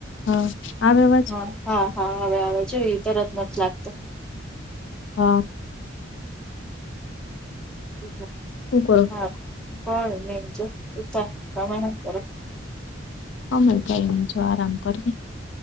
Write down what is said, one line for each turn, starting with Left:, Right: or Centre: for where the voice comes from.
Left: હા. આવે અવાજ
Centre: હા, હા, હા! હવે, હવે જોયું, તરત માં જ લાગતો.
Left: હા.
Centre: હમ.
Left: શું કરો છો?
Centre: હા, કોઈ નહીં. જો સુતા, તમે હું કરો?
Left: અમે કાંઈ નહીં, જો આરામ કરીએ.